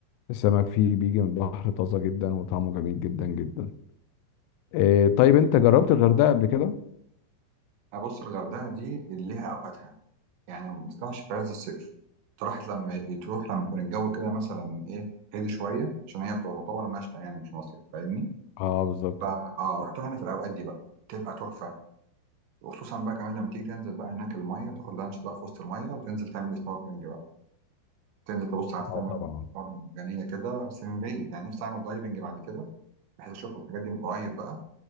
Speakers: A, on the left (about 85°); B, on the right (about 70°).
A: السمك فيه بيجي من البحر طازة جدا وطعمه جميل جدا جدا إيه طيب انت جربت الغردقة قبل كده؟
B: ابص الغردقه دي اللي ليها اوقاتها يعني ما تطلعش في عز الصيف تروح لما تروح لما يكون الجو كده مثلا ايه هادي شويه عشان هي تعتبر مشتى يعني مش مصيف فاهمني
A: اه بالظبط
B: فا اه رحتها هنا في الاوقات دي بقى تبقى تحفه وخصوصا بقى كمان لما تيجي تنزل بقى هناك الميه وتاخد لانش بقى في وسط الميه وتنزل تعمل سنوركلينج بقى تنزل تبص على السمك
A: اه طبعا
B: والشعاب المرجانيه كده بس من بعيد يعني نفسي اعمل دايفنج بعد كده بحيث اشوف الحاجات دي من قريب بقى